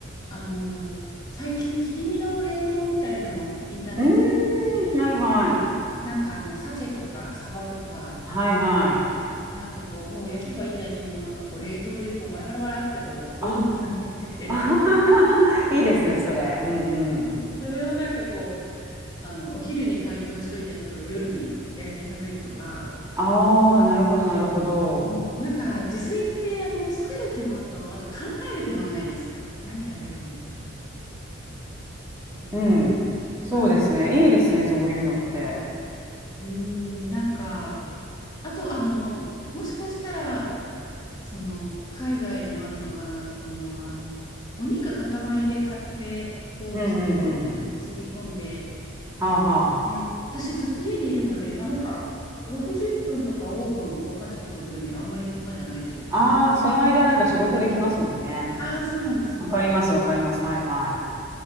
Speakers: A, on the left; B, on the right.
A: あの、最近切り身の冷凍みたいなのをインターネット
B: うん、
A: で、
B: はいはい。
A: なんかあの、鮭とかサバとか、
B: はいはい。
A: あなんかこう、もう焼けばいいだけのものがこう、冷凍でこう、バラバラバラってこう、
B: あ、
A: 大袋に入ってて、
B: あ <laughs> いいですね、それ。うんうん。
A: それをなんかこう、あの、お昼に解凍しといて、例えば夜に焼いて食べるとか、
B: ああ、なるほど、なるほど。
A: うんなんか自炊ってあの作る手間とあと考える手間ないですか何食べようみたいな。うん。
B: うん。そうですね。
A: なんか、
B: いいですね、そういうのって。
A: うん、なんか、あとあの、もしかしたら、その海外でもあるのかなと思うのは、あの、お肉塊で買って、こう、
B: うんうんうん。
A: すり込んで、
B: はあは
A: で、あの、私ずっと家にいるので、まあなんか、60分とかオーブンを動かしとく分にはあんまり手間じゃないというか、
B: あ。ああ、その間なんか仕事できますもんね。
A: ああ、そうなんです、そうなんです
B: わかります、わかります。はいはい。